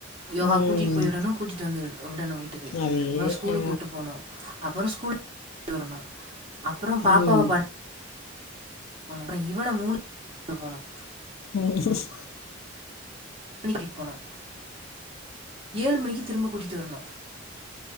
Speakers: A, on the right; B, on the left.
A: யோகா
B: ம்
A: கூட்டிட்டு போய் விடணும் கூட்டிட்டு வந்து வி விடணும் வீட்டுக்கு
B: அதே
A: அப்பறம் ஸ்கூலு
B: ஆ
A: கூட்டு போனும் அப்பறம் ஸ்கூல் வரணும் அப்புறம் பாப்பாவ
B: ம்
A: ப அப்பறம் இவன மூணு டுபோனம்
B: உஹ் சிஸ்
A: <unintelligible> போனோம் ஏழு மணிக்கு திரும்ப கூட்டிட்டு வருணு